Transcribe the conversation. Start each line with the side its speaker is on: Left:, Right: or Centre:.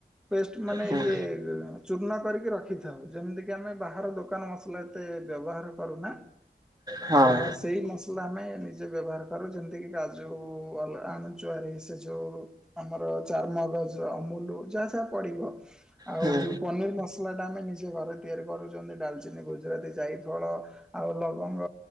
Centre: ପେଷ୍ଟ ମାନେ
Right: ହୁଁ
Centre: ଇଏ ଚୂର୍ଣ୍ଣ କରିକି ରଖିଥାଉ ଯେମିତିକି ଆମେ ବାହାର ଦୋକାନ ମସଲା ତେ ବ୍ୟବହାର କରୁନା
Right: ହଁ
Centre: ତ ସେଇ ମସ ଲା ଆମେ ନିଜେ ବ୍ୟବହାର କରୁ ଯେମିତି କି କାଜୁ ଆଣୁ ଚୁଆର ସେ ଯୋଉ ଆମର ଚାରମଗଜ ଅମୁଲ ଯାହା ଯାହା ପଡିବ। ଆଉ
Right: ହୁଁ
Centre: ଯୋଉ ପନିର ମସଲା ଟା ଆମେ ନିଜେ ଘରେ ତିଆରି କରୁଛନ୍ତି ଡାଲଚିନି, ଗୁଜୁରାତି, ଯାଇ ଫଳ ଆଉ ଲବଙ୍ଗ